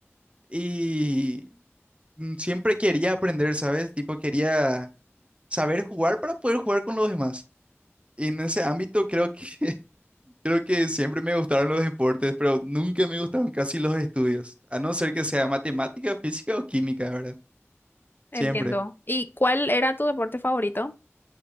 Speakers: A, on the right (about 25°); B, on the left (about 45°).
A: y mm, siempre quería aprender, ¿sabes? Tipo, quería saber jugar para poder jugar con los demás. Y en ese ámbito creo que <laughs> creo que siempre me gustaron los deportes, pero nunca me gustaron casi los estudios, a no ser que sea matemática, física o química, ¿verdad?
B: entiendo.
A: Siempre.
B: ¿Y cuál era tu deporte favorito?